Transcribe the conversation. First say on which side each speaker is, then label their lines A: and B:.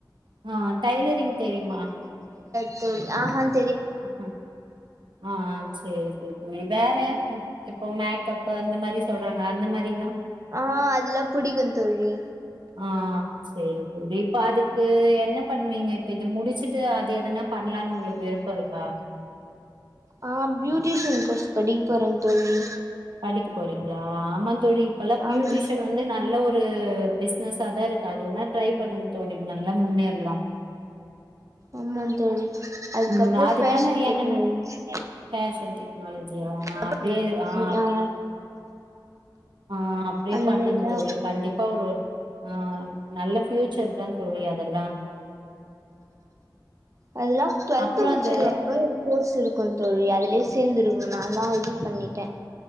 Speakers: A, on the right (about 80°); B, on the right (about 40°).
A: ஆஹ் டைலரிங் தெரியுமா
B: ம் சார்
A: ஆஹ ஆஹ் சேரி சேரி சேரி வேற இப்போ மேக்கப் அந்த மாரி சொல்றாங்க அந்த மாரியா
B: ஆ அதெல்லா புடிக்கு தோழி
A: ஆஹ் சேரி சேரி இப்ப அதுக் என்ன பண்ணுவீங்க இப்ப இது முடிச்சுட்டு அது எதன பண்லான்னு உங்களுக் இப்ப இருக்கா
B: ஆஹ பியூட்டிஷன் கோர்ஸ் படிக்க போறேன் தோழி
A: படிக்க போறீங்களா ஆமா தோழி இப்பெல்லா பியூட்டிஷன்
B: ஆமா
A: வந்து நல்ல ஒரு ஒரு பிசினஸ் சத இருகாது ஒன்னா ட்ரை பண்ணுனும் தோனிங்க நல்லா முன்னேறலாம்
B: ஆமா தோழி அதுக்கப்றோ
A: உம் அதுக்கான
B: ஃபேஷன்
A: எங்கன்ன
B: டெக்னாலஜி
A: ஃபேஷன் டெக்னாலஜியா ஹ்
B: டெக்னாலஜி
A: அப்டியே ஆஹ்
B: ஆ
A: ஆஹ் அப்டியே
B: அந்த
A: பண்ணுனும்
B: மாரிதா
A: தோழி கண்டிப்பா ஒரு ஆஹ் நல்ல சே மிச்சதான் தோழி அதெல்லாம்
B: அதெலா டுவல்த்
A: அப்புறம்
B: முடிச்சதுக்கப்றம்
A: அது
B: ஒரு கோர்ஸ் இருக்கு தோலி அதுலே சேர்ந்து நான் தான் இது பண்ணிட்டேன்